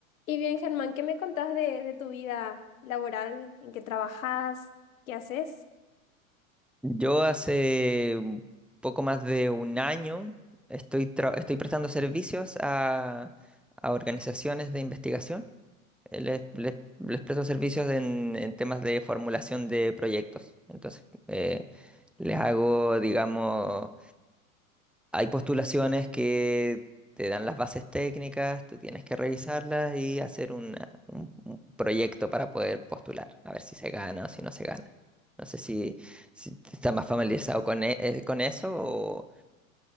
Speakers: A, on the left; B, in the centre.
A: Y bien, Germán, ¿qué me contás de, de tu vida laboral? ¿En qué trabajas? ¿Qué haces?
B: Yo hace un poco más de un año estoy, tra- estoy prestando servicios a, a organizaciones de investigación. Eh, Les, les- les presto servicios en, en temas de formulación de proyectos. Entonces, eh, les hago, digamos, hay postulaciones que te dan las bases técnicas, tú tienes que revisarlas y hacer una- un, un proyecto para poder postular, a ver si se gana o si no se gana. No sé si, si estás más familiarizado con, e- eh, con eso o,